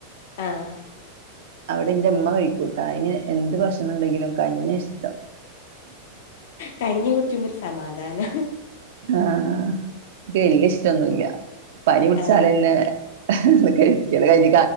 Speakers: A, on the left; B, on the right.
A: ആഹ്
B: അവിടെ എന്റെ അമ്മ കഴിക്കൂട്ടാ അതിന് എന്ത് ഭക്ഷണം ഉണ്ടെങ്കിലും കഞ്ഞിയാ ഇഷ്ടം
A: കഞ്ഞി കുടിച്ചുബെ ഒരു സമാധാനാ
B: ആഹ് എനിക്ക് വല്യ ഇഷ്ടം. ഓന്നും ഇല്ല പനി പിടിച്ചാലല്ലെ
A: ആഹ്
B: കഴിക്കല്ല കഞ്ഞി